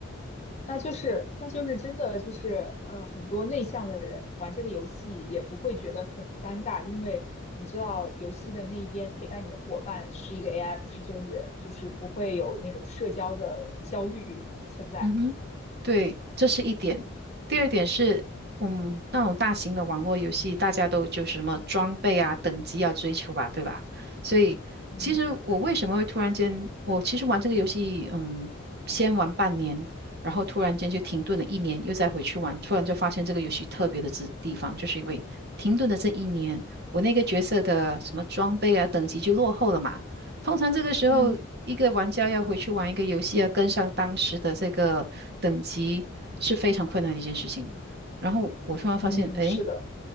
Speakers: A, on the left; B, on the right.
A: 那就是那就是真的就是呃，很多内向的人玩这个游戏也不会觉得很尴尬，因为你知道游戏的那一边陪伴你的伙伴是一个 AI，不是真人，就是不会有那种社交的焦虑存在。
B: 嗯哼。对，这是一点。
A: 嗯
B: 第二点是，嗯，那种大型的网络游戏，大家都就什么装备啊、等级要追求吧，对吧？所以，
A: 嗯
B: 其实我为什么会突然间，我其实玩这个游戏，嗯，先玩半年，然后突然间就停顿了一年，又再回去玩，突然就发现这个游戏特别的之地方，就是因为停顿的这一年，我那个角色的什么装备啊、等级就落后了嘛。通常这个时候，
A: 嗯
B: 一个玩家要回去玩一个游戏，要跟上当时的这个等级是非常困难的一件事情。然后我突然发现，
A: 嗯，
B: 哎，
A: 是的。